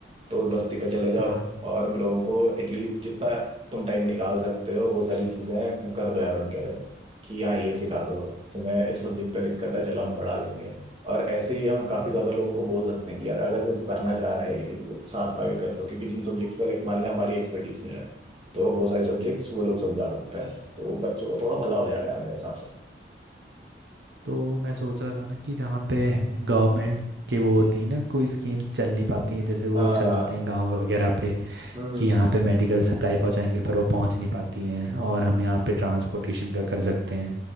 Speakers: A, on the right (about 30°); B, on the right (about 75°).
A: तो उस बस्ती पे चले जाओ
B: हाँ
A: और उन लोगों को एटलीस्ट जितना तुम टाइम निकाल सकते हो वो सारी चीजें कर दो यार उनके लिए कि हाँ ये सिखा दो तुम्हें इस सब्जेक्ट पे दिक्कत है चलो हम पढ़ा लेंगे और ऐसे ही हम काफी ज्यादा लोगों को बोल सकते हैं कि यार अगर कोई करना चाह रहा है ये साथ का भी कर लो क्योंकि जिन सब्जेक्ट्स पे लाइक मान लें हमारी एक्सपर्टीज नहीं है तो वो सारे सब्जेक्ट्स वो लोग समझा सकते हैं तो बच्चों का थोड़ा भला हो जा रहा है मेरे हिसाब से
B: तो मैं सोच रहा था ना कि जहाँ पे गवर्नमेंट के वो होती है ना कोई स्कीम्स चल नहीं पाती हैं जैसे वो
A: हाँ
B: चलाते हैं गांव वगैरह पे
A: हम्म
B: कि यहाँ पे मेडिकल सप्लाई पहुँचाएंगे पर वो पहुँच नहीं पाती हैं और हम यहाँ पे ट्रांसपोर्टेशन का कर सकते हैं